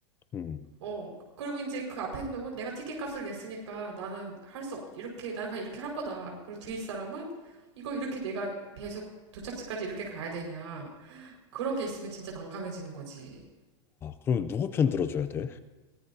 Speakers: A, on the left; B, on the right.
A: 응응응응와
B: 어. 그리고 이제 그 앞에 있는 놈은 내가 티켓 값을 냈으니까 나는 할 수 없, 이렇게, 나는 그냥 이렇게 할 거다. 그리고 뒤에 사람은 이거 이렇게 내가 계속 도착지까지 이렇게 가야 되냐. 그런 게 있으면 진짜 난감해지는 거지.
A: 그럼 누구 편 들어줘야 돼?